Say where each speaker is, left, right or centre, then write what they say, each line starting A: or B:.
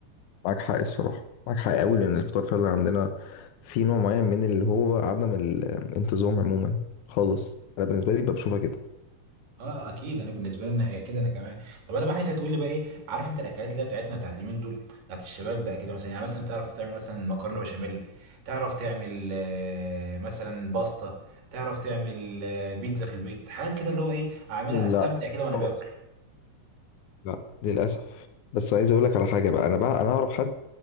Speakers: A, on the left (about 70°); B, on the right (about 85°).
A: معاك حق الصراحة معاك حق قوي لأن الإفطار فعلا عندنا في نوع معين من اللي هو عدم الانتظام عموما خالص أنا بالنسبة لي بشوفها كده
B: اه اكيد انا بالنسبه لنا هي كده انا كمان طب انا بقى عايزه تقول لي بقى ايه عارف انت الاكلات اللي هي بتاعتنا بتاعت اليومين دول بتاعت الشباب بقى كده مثلا يعني مثلا تعرف تعمل مثلا مكرونه بشاميل تعرف تعمل آه، مثلا باستا تعرف تعمل آه، بيتزا في البيت حاجات كده اللي هو ايه اعملها
A: لا
B: استمتع كده وانا
A: خالص
B: باكل
A: لا للأسف بس عايز أقول لك على حاجة بقى أنا بقى أنا أعرف حد